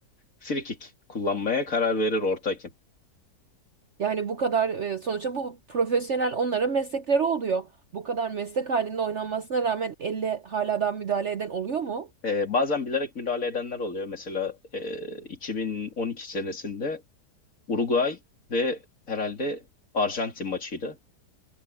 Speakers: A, on the left; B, on the right.
A: free kick kullanmaya karar verir orta hakem.
B: Yani bu kadar e, sonuçta bu profesyonel onların meslekleri oluyor. Bu kadar meslek halinde oynanmasına rağmen elle hala daha müdahale eden oluyor mu?
A: Ee, bazen bilerek müdahale edenler oluyor. Mesela e, 2012 senesinde Uruguay ve herhalde Arjantin maçıydı.